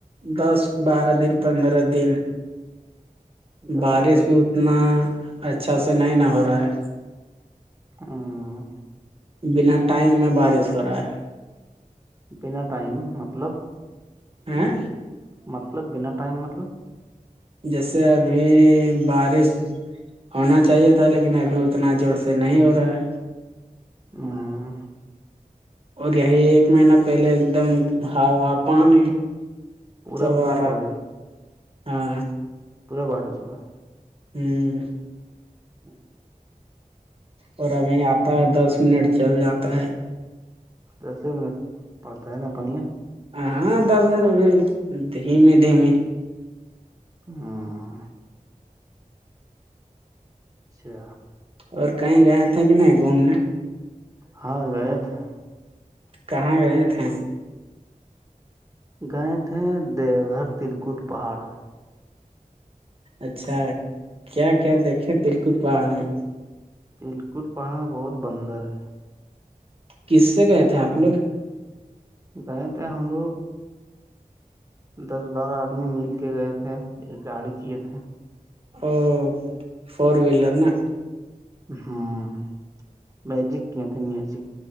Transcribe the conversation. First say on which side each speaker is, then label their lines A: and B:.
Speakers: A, on the right; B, on the right.
A: دس بارہ دن پندرہ دن
B: <inaudible> دس
A: بارش
B: پندرہ
A: بھی
B: دن
A: اتنا اچھا سے نہیں نہ ہو رہا ہے
B: ہوں
A: بنا ٹائم میں بارش ہو رہا ہے
B: بنا ٹائم مطلب
A: ہاں
B: مطلب بنا ٹائم مطلب
A: جیسے ابھی بارش ہونا چاہیے تھا لیکن لیکن ابھی اتنا زور سے نہیں ہو رہا ہے
B: ہاں
A: اور یہی ایک مہینہ پہلے ایک دم ہا آا پانی
B: پورا
A: سبرت
B: پورا بارش
A: ہاں
B: پورا بارس ہوورا
A: ہوں
B: ہوں
A: اور ابھی آتا ہے دس منٹ چل جاتا ہے
B: دس ہی منٹ پڑتا ہے نا پنیا
A: ہاں دس منٹ رو دھیمی دھیمی
B: ہاں اچھا
A: اور کہیں گئے تھے کہ نہیں گھومنے
B: ہاں گئے تھے
A: کہاں گئے تھے
B: گئے تھے دیوگھر تلکٹ پہاڑ
A: اچھا کیا کیا دیکھے تلکٹ پہاڑ میں
B: تلکٹ پہڑا بہت بندر ہے
A: کس سے گئے تھے آپ لوگ
B: گئے تھے ہم لوگ دس بارہ آدمی مل کے گئے تھے ایک گاڑی کیے تھے
A: او فور ویلر نا
B: ہاں مجک کیا تھا ن ہےجک